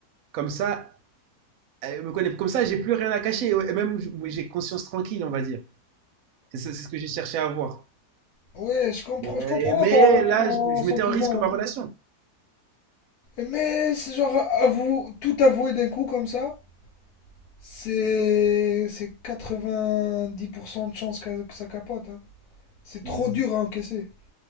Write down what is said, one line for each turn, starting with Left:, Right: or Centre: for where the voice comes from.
Right: comme ça, elle me connaît, comme ça, j'ai plus rien à cacher et même je- j'ai conscience tranquille, on va dire. C'est ça- c'est ce que j'ai cherché à avoir.
Left: Ouais, je comprends
Right: Mais,
Left: je comprends
Right: mais
Left: ton
Right: là, je, je
Left: sentiment.
Right: mettais en risque ma relation.
Left: hein. Mais c'est genre avou- tout avouer d'un coup comme ça, c'est c'est 90% de chances que, que ça capote. hein. C'est
Right: Mmh,
Left: trop dur à encaisser.